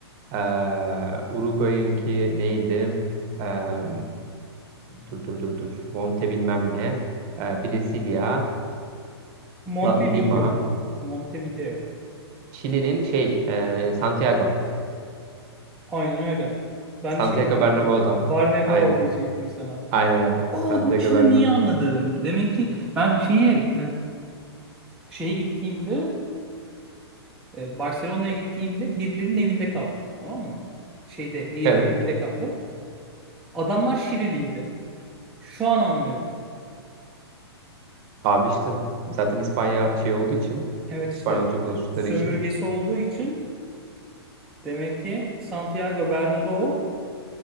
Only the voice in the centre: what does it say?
Montevideo
abi. Montevideo.
Aynen öyle. Ben
de şey diyecektim.
Barnebao
diyecektim sana.
Aa
bak şimdi
neyi anladım. Demek ki ben şeye şeye gittiğimde e, Barcelona'ya gittiğimde birilerinin evinde kaldım. Tamam mı? Şeyde Airbnb'de
kaldım. Adamlar Şiriliydi. Şu an anlıyorum.
Evet
işte
sömürgesi
olduğu için demek ki Santiago Bernabéu,